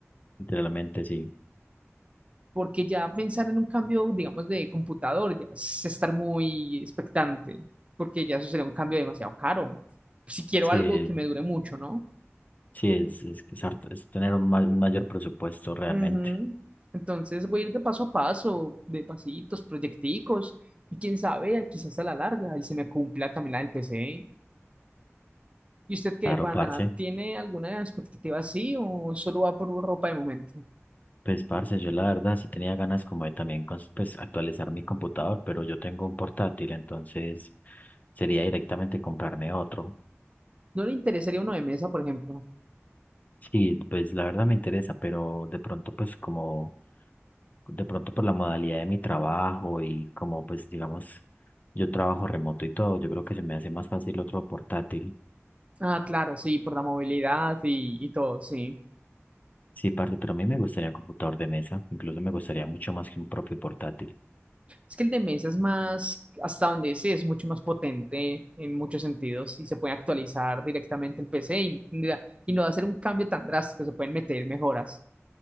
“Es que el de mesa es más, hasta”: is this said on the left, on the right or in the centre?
Right